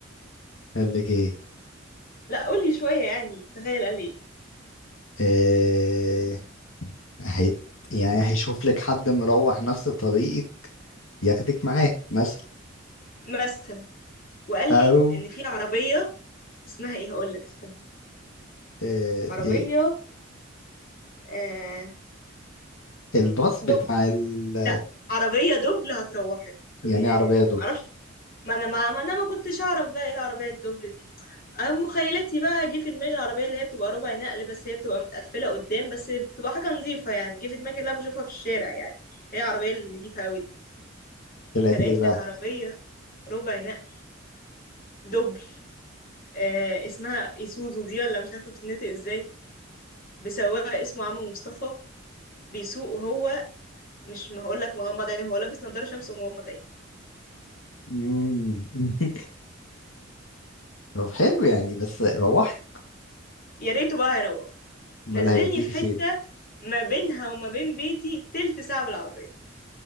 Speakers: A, on the left; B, on the left.
A: قال لك ايه
B: لا قولي شوية يعني تخيل قال لي إيه
A: آه هي يعني هيشوف لك حد مروح نفس طريقك ياخدك معاه مثلا
B: مثلا وقال لي
A: او
B: إن في عربية اسمها إيه هقول لك استنى
A: آه
B: عربية
A: إيه
B: آه
A: الباص
B: دبل
A: بتاع ال...
B: لا عربية دبل هتروحك قلت
A: يعني
B: له ياه
A: عربية دوبل
B: معرفش ما انا ما, ما انا ما كنتش اعرف بقى ايه العربية الدبل دي انا مخيلتي بقى جه في دماغي العربية اللي هي بتبقى ربع نقل بس هي بتبقى متقفلة قدام بس بتبقى حاجة نظيفة يعني جه في دماغي اللي انا بشوفها في الشارع يعني هي العربية النظيفة قوي دي
A: طلعت
B: فلقيت
A: ايه بقى
B: لك عربية ربع نقل دبل آه اسمها ايسوزو دي ولا مش عارفة بتتنطق ازاي بسواق اسمه عمرو مصطفى بيسوق هو مش ما هقول لك مغمض عينه هو لابس نضاره شمس ومغمض عينه
A: مم. <laughs> طب حلو يعني بس روحي
B: يا ريته بقى هيروح
A: امال
B: نزلني
A: هيوديكي
B: في حتة
A: فين
B: ما بينها وما بين بيتي تلت ساعة بالعربية